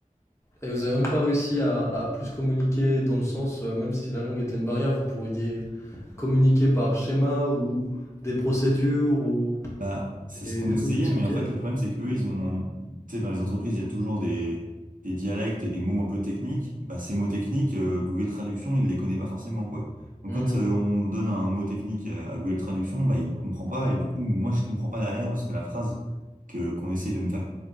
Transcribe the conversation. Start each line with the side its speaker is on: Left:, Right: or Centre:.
Left: Et vous avez même pas réussi à, à plus communiquer dans le sens, euh, même si la langue était une barrière, vous pourriez communiquer par schéma ou des procédures ou
Right: Bah, c'est
Left: des,
Right: ce qu'on
Left: des
Right: essayait,
Left: trucs expliqués.
Right: mais en fait, le problème, c'est qu'eux, ils ont, tu sais, dans les entreprises, il y a toujours des, des dialectes et des mots un peu techniques. Bah, ces mots techniques, euh, Google Traduction, il les connaît pas forcément, quoi. Donc,
Left: Hmm,
Right: quand euh, on donne un mot technique à à Google Traduction, bah, il comprend pas, et du coup, moi, je comprends pas derrière, parce que la phrase que, qu'on essaye de me faire